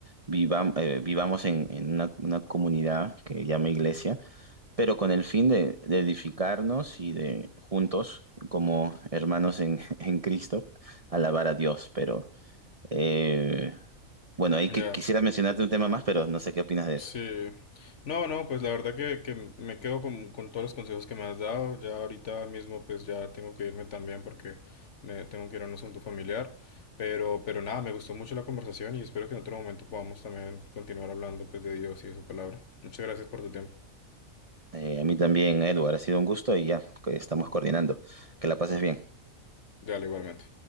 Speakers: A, on the right; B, on the left.
A: vivam- eh, vivamos en, en una, una comunidad que llama iglesia pero con el fin de, de edificarnos y de juntos, como hermanos en, <laughs> en Cristo, alabar a Dios. Pero eh, bueno, ahí
B: Ya.
A: que, quisiera mencionarte un tema más, pero no sé qué opinas de
B: Sí.
A: eso.
B: No, no, pues la verdad que, que me quedo con, con todos los consejos que me has dado. Ya ahorita mismo pues ya tengo que irme también porque me tengo que ir a un asunto familiar. Pero, pero nada, me gustó mucho la conversación y espero que en otro momento podamos también continuar hablando pues de Dios y de su palabra. Muchas gracias por tu tiempo.
A: Eh, a mí también, Edward, ha sido un gusto y ya que estamos coordinando. Que la pases bien.
B: Dale, igualmente.